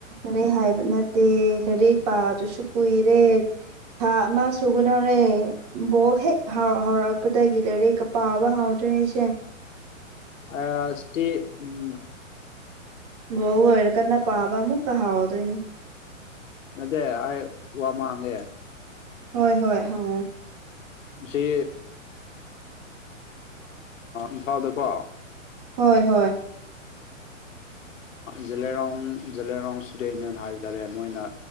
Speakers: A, on the right; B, on the left.
A: ꯂꯥꯏꯔꯤꯛ ꯍꯥꯏꯕ ꯅꯠꯇꯦ ꯂꯥꯏꯔꯤꯛ ꯄꯥꯗꯨꯁꯨ ꯀꯨꯏꯔꯦ ꯊꯥ ꯑꯃ ꯁꯨꯒꯗꯧꯔꯦ ꯕꯣꯜ ꯍꯦꯛ ꯍꯧꯎꯔꯛꯄꯗꯒꯤ ꯂꯥꯏꯔꯛꯀ ꯄꯥꯕ ꯍꯥꯎꯗ꯭ꯔꯦ ꯑꯩꯁꯦ
B: ꯑ ꯁꯤ ꯎꯝ
A: ꯍꯣ ꯑꯣꯏꯔ ꯀꯅꯥ ꯄꯥꯕ ꯑꯃꯨ ꯀ ꯍꯥꯎꯗꯣꯏꯅꯤ
B: ꯅꯠꯇꯦ ꯑ ꯋꯥꯃ ꯍꯪꯒꯦ
A: ꯍꯣꯏ ꯍꯣꯏ ꯍꯥꯎ
B: ꯁꯤ ꯏꯝꯐꯥꯜꯗꯀꯣ
A: ꯍꯣꯏ ꯍꯣꯏ
B: ꯖꯂꯦꯔꯥꯎ ꯖꯂꯦꯔꯥꯎ ꯁꯇꯨꯗꯦꯟꯅꯤꯟ ꯍꯥꯏꯕ ꯇꯥꯔꯦ ꯃꯣꯏꯅ